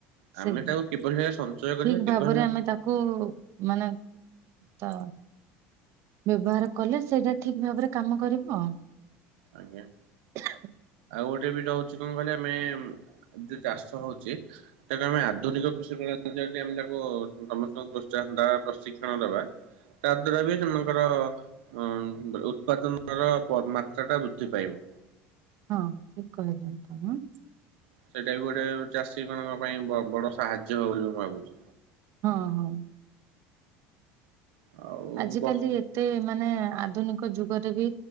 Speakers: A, on the right (about 85°); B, on the right (about 55°).
A: ଆମେ
B: ସେଇ
A: ତାକୁ କିଭଳି ଭାବେ ସଞ୍ଚୟ କରିବା
B: ଠିକ
A: କିଭଳି
B: ଭାବରେ
A: ଭାବେ
B: ଆମେ ତାକୁ ମାନେ ତ? ବ୍ୟବହାର କଲେ ସେଇଟା ଠିକ ଭାବରେ କାମ କରିବ ଆଉ।
A: ଆଜ୍ଞା।
B: <unintelligible>
A: ଆଉ ଗୋଟେ ବି ରହୁଛି କଣ କହିଲେ ଆମେ ଯୋଉ ଚାଷ ହଉଛି ତାକୁ ଆମେ ଆଧୁନିକ କୃଷି ପ୍ରଣାଳିରେ ଆମେ ତାକୁ ସମସ୍ତଙ୍କୁ ପ୍ରୋତ୍ସାହନ ଦବା ପ୍ରଶିକ୍ଷଣ ଦବା ତା ଦ୍ଵାରା ବି ସେମାନଙ୍କର ଉତ୍ପାଦନର <unintelligible>
B: ହଁ ଠିକ କହି <unintelligible>
A: ସେଇଟା ବି ଗୋଟେ ଚାଷୀ ମାନଙ୍କ ପାଇଁ ବଡ ସାହାଯ୍ୟ ହବ ବୋଲି ମୁଁ ଭାବୁଛି।
B: ହଁ ହଁ।
A: ଆଉ
B: ଆଜିିକାଲି
A: ବ
B: ଏତେ ମାନେ ମାନେ ଆଧୁନିକ ଯୁଗରେ ବି